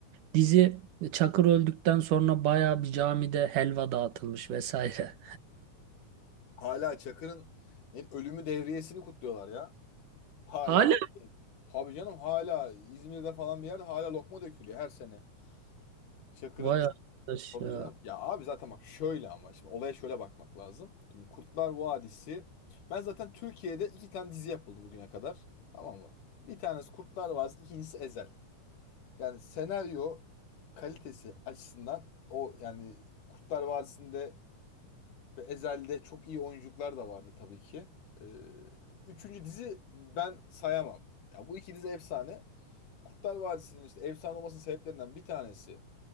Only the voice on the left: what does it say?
Hala Çakır'ın yani ölümü devriyesini kutluyorlar ya. Hala.
Tabii canım hala İzmir'de falan bir yerde hala lokma dökülüyor her sene. Çakır'ın
Tabii
canım. Ya abi zaten bak şöyle ama şimdi olaya şöyle bakmak lazım. Şimdi Kurtlar Vadisi. Ben zaten Türkiye'de iki tane dizi yapıldı bugüne kadar. Tamam mı? Bir tanesi Kurtlar Vadisi, ikincisi Ezel. Yani senaryo kalitesi açısından o yani Kurtlar Vadisi'nde ve Ezel'de çok iyi oyuncular da vardı tabii ki. Ee, üçüncü dizi ben sayamam. Ya bu iki dizi efsane. Kurtlar Vadisi'nin işte efsane olmasının sebeplerinden bir tanesi